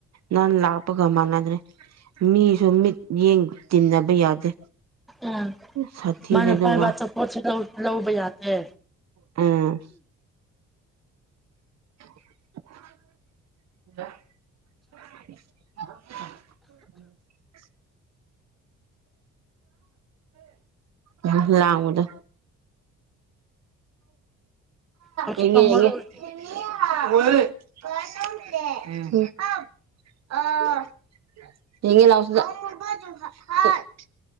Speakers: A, on the right; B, in the centre.
A: ꯅꯥꯟ ꯂꯥꯛꯄꯒ ꯃꯥꯟꯅꯗ꯭ꯔꯦ ꯃꯤꯁꯨ ꯃꯤꯠ ꯌꯦꯡ ꯇꯤꯟꯅꯕ ꯌꯥꯗꯦ
B: ꯎꯝ
A: ꯁꯥꯊꯤꯕꯅꯦ
B: ꯃꯥꯅ
A: ꯑꯗꯨ
B: ꯄꯥꯏꯕ
A: ꯉꯥꯛ
B: ꯑꯆꯥꯄꯣꯠꯁꯦ ꯂꯧ ꯂꯧꯕ ꯌꯥꯗꯦ
A: ꯎꯝ <inaudible> <inaudible> ꯌꯥꯝ ꯂꯥꯡꯕꯗꯣ
B: ꯍꯧꯖꯤꯛꯐꯥꯎ
A: ꯌꯦꯡꯉꯦ ꯌꯦꯡꯉꯦ
B: ꯃꯔꯣꯜ
A: <unintelligible>
B: ꯊꯣꯛꯇ꯭ꯔꯤ ꯍꯥꯏꯅꯦ
A: ꯑꯥ ꯌꯦꯡꯒꯦ ꯌꯥꯎ ꯁꯤꯗ ꯑꯃꯨꯕꯗꯨ ꯍ ꯍꯥꯠ